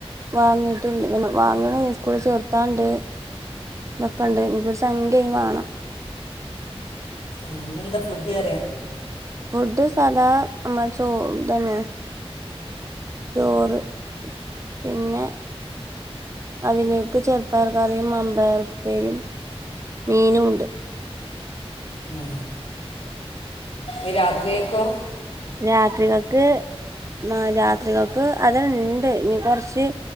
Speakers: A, on the right; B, on the left.
A: വാങ്ങി പിന്നെ വാങ്ങിയണ സ്കൂൾ ചേർത്താണ്ട് എന്നൊക്കെുണ്ട് ഇനിപ്പോ ഒരു സംഖ്യം വേണം.
B: ആഹ ഇന്നെന്താ ഫുഡ് കറിയാ
A: ഫുഡ് സാധാ നമ്മള ചോ തന്നെ. ചോറ് പിന്നെ. അതിനലെയൊക്കെ ചെറ പയർകറിയും, അമ്പേർപ്പേരിയും, മീനുമുണ്ട്.
B: ഉ ഈ രാത്രിയക്കോ
A: രാത്രികൾക്ക് ആ രാത്രികക്ക് അതണ്ട് നി കൊറച്ച്